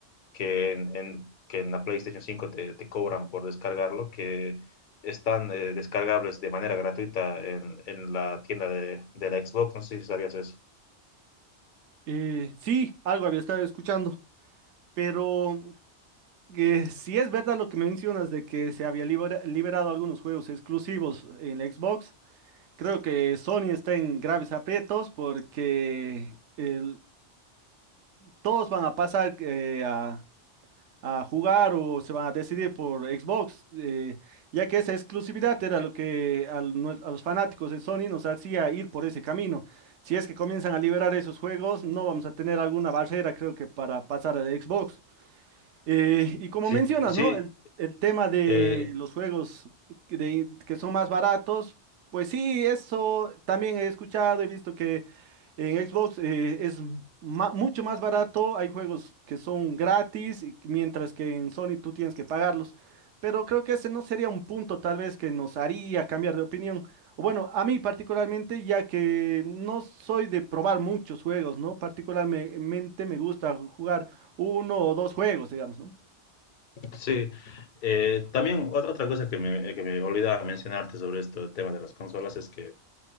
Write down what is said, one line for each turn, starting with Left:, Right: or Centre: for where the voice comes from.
Left: que en, en, que en la PlayStation 5 te, te cobran por descargarlo, que están eh, descargables de manera gratuita en, en la tienda de, de, la Xbox. No sé si sabías eso.
Right: Eh, sí, algo había estado escuchando, pero eh, si es verdad lo que mencionas de que se había libera- liberado algunos juegos exclusivos en la Xbox, creo que Sony está en graves aprietos porque el, todos van a pasar eh, a, a jugar o se van a decidir por Xbox, eh, ya que esa exclusividad era lo que al nue- a, los fanáticos de Sony nos hacía ir por ese camino. Si es que comienzan a liberar esos juegos, no vamos a tener alguna barrera, creo que, para pasar a Xbox. Eh, y como
Left: Sí,
Right: mencionas,
Left: sí
Right: ¿no? El, el tema de
Left: eh,
Right: los juegos que de- que son más baratos, pues sí, eso también he escuchado, he visto que en Xbox eh, es ma- mucho más barato, hay juegos que son gratis, y- mientras que en Sony tú tienes que pagarlos. Pero creo que ese no sería un punto tal vez que nos haría cambiar de opinión. O bueno, a mí particularmente, ya que no soy de probar muchos juegos, ¿no? Particularmente me gusta jugar uno o dos juegos, digamos, ¿no?
Left: Sí, eh, también otra, otra cosa que me, que me olvidaba mencionarte sobre este tema de las consolas es que